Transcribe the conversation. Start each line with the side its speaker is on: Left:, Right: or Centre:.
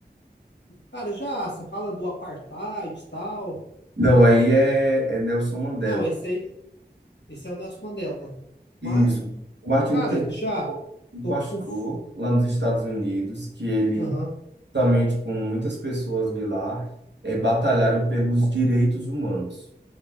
Left: Cara, já, você fala do apartheid e tal.
Right: Não, aí é, é Nelson Mandela.
Left: Não, esse aí, esse é o Nelson Mandela.
Right: Isso.
Left: Mas,
Right: O Martin
Left: cara,
Right: Luther King,
Left: já
Right: um
Left: tô
Right: pastor
Left: com. f-
Right: lá nos Estados Unidos, que ele
Left: Aham.
Right: juntamente com muitas pessoas de lá, eh, batalharam pelos direitos humanos.